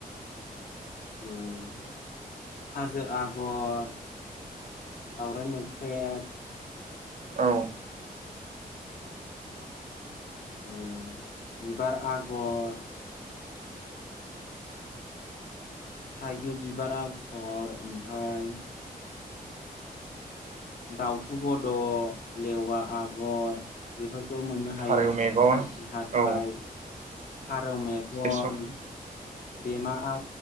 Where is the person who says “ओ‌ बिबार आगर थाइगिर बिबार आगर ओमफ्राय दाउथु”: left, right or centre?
Left